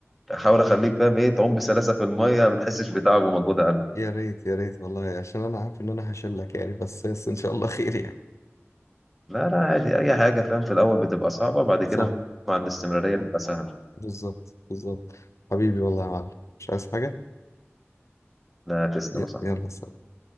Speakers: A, in the centre; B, on the left.
A: أحاول أخليك فاهم إيه تعوم بسلاسة في المية ما تحسش بتعب ومجهود أقل
B: يا ريت يا ريت والله عشان انا عارف ان انا هشلك يعني بس بس ان شاء الله خير يعني
A: لا لا عادي أي حاجة فاهم في الأول بتبقى صعبة بعد كده
B: صح
A: مع الاستمرارية بتبقى سهلة
B: بالظبط بالظبط حبيبي والله يا معلم مش عايز حاجة
A: لا تسلم
B: ي-
A: يا صاحبي
B: يلا سلام